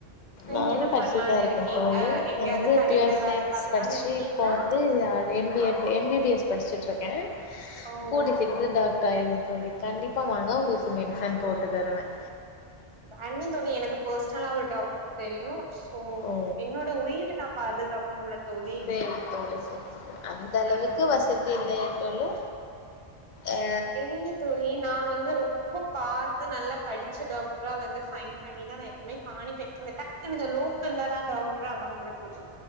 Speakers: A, on the right; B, on the left.
A: நீங்க
B: நானும்
A: என்ன
B: படிச்சுட்டுதான்
A: பண்லான்னு
B: இருக்கேன்
A: இருக்கீங்க
B: தோழி
A: எங்கயாவது
B: நான் வந்து
A: கடைல
B: ப்யூர் சயின்ஸ்
A: வேல பாக்கலான்னு
B: படிச்சு
A: இருக்கீங்களா
B: இப்போ வந்து எம் பி
A: ஆ
B: எம் பி பி எஸ் படிச் ட்டு இருக்கேன்
A: ஓ
B: கூடி
A: ஓகே
B: சீக்ர
A: தோழி
B: டாக்டர்
A: ஓகே
B: ஆயிருவேன்னு சொல்லி கண்டிப்பா வாங்க உங்களுக்கு மெடிசன் போட்டு தருவேன்
A: அண்ணன் தோழி எனக்கு பர்ஸ் நல்லா ஒரு டாக்டர் தெரியும் உம்
B: ஓ
A: என்னோட உயிர நான் பாதுகாப்பன்ல தோழி
B: சேரி தோழி சேரி சேரி அந்த அளவுக்கு
A: அதனால
B: வசதி இல்லையாட்டாலு ஆ
A: தெரில தோழி நான் வந்து ரொம்ப பாத்து நல்லா படிச்ச டாக்டரா வந்து ஃபைன் பண்ணிதான் நான் எப்பவுமே காணிப்பேன் கொ டக்குன்னு இந்த லோக்கல்ல எல்லா டாக்டர் ஆவங்கள தோழி